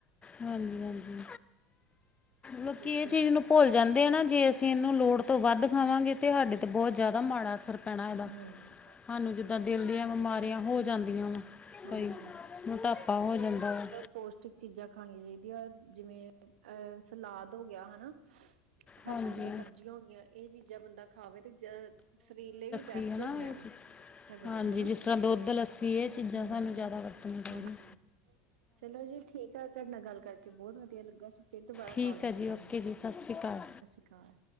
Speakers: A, on the left (about 20°); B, on the right (about 70°).
A: ਹਾਂਜੀ-ਹਾਂਜੀ। ਲੋਕੀ
B: ਬਿਲਕੁਲ
A: ਏ ਚੀਜ਼ ਨੂੰ ਭੁੱਲ ਕੈਂਦੇ ਆ ਨਾ, ਜੇ ਅਸੀਂ ਏਹਨੂੰ ਲੋੜ ਤੋਂ ਵੱਧ ਖਾਵਾਂਗੇ, ਤੇ ਸਾਡੇ ਤੇ ਬਹੁਤ ਜਾਦਾ ਮਾੜਾ ਅਸਰ ਪੈਣਾ ਇਹਦਾ
B: ਹਾਂਜੀ
A: ਸਾਨੂੰ ਜਿੱਦਾਂ ਦਿਲ ਦੀਆਂ ਬਿਮਾਰੀਆਂ ਹੋ ਜਾਂਦੀਆਂ ਵਾ
B: ਹਾਂਜੀ
A: ਕਈ, ਮੋਟਾਪਾ ਹੋ ਜਾਂਦਾ ਵਾ।
B: ਪੋਸ਼ਟਿਕ ਚੀਜ਼ਾਂ ਖਾਣੀਆਂ ਚਾਈਦੀਆਂ। ਜਿਵੇਂ-ਅਹ ਸਲਾਦ ਹੋ ਗਿਆ ਹਨਾ। ਹਰੀਆਂ-ਹਰੀਆਂ
A: ਹਾਂਜੀ
B: ਸਬਜ਼ੀਆਂ ਹੋ ਗੀਆਂ, ਏਹ ਚੀਜਾਂ ਬੰਦਾ ਖਾਵੇ ਤੇ ਜ ਸਰੀਰ ਲਈ ਵੀ ਬੈਸਟ
A: ਸੀ ਆ <unintelligible>
B: ਹੈਗੀਆਂ ਵਾ ਸਾਡੇ
A: ਹਾਂਜੀ,
B: ਲਈ ਹਨਾ
A: ਜਿਸ ਤਰ੍ਹਾਂ ਦੁੱਧ -ਲੱਸੀ ਏਹ ਚੀਜ਼ਾਂ
B: ਹਮ
A: ਸਾਨੂੰ ਜਾਦਾ ਵਰਤਣੀਆਂ ਚਾਈਦੀਆਂ।
B: ਹਾਂਜੀ ਚਲੋ ਜੀ, ਠੀਕ ਆ, ਤੁਆਡੇ ਨਾਲ ਗੱਲ ਕਰਕੇ ਬੋਤ ਵਧੀਆ ਲੱਗਾ, ਅਸੀ ਫਿਰ ਦੁਬਾਰਾ
A: ਠੀਕ
B: ਕਾਲ ਨਾਲ
A: ਹੈ
B: ਜੁੜਾਂਗੇ।
A: ਜੀ ਓਕੇ, ਜੀ ਸਤ ਸ੍ਰੀ ਕਾਲ।
B: ਸਤ ਸੀ ਕਾਲ।